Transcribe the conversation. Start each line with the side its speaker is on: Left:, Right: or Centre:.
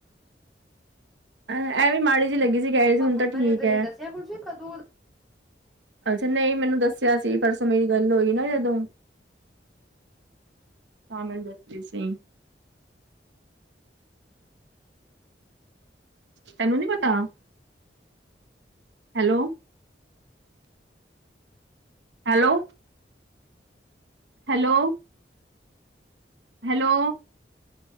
Right: ਏਹ ਵੀ ਮਾੜੀ ਜਿਹੀ ਲੱਗੀ ਸੀ ਕਹਿ ਰਹੀ ਸੀ ਹੁਣ
Centre: ਮੰਮਾ
Right: ਤਾਂ ਠੀਕ
Centre: ਨੇ ਨਹੀਂ
Right: ਐ।
Centre: ਦੱਸਿਆ ਕੁੱਝ ਕਦੋਂ
Right: ਅੱਛਾ ਨਹੀਂ ਮੈਨੂੰ ਦੱਸਿਆ ਸੀ ਪਰਸੋਂ ਮੇਰੀ ਗੱਲ ਹੋਈ ਨਾ ਜਦੋਂ ਹਾਂ ਮੈਨੂੰ ਦਸ ਰਹੀ ਸੀ। ਤੈਨੂੰ ਨੀ ਪਤਾ, hello hello hello hello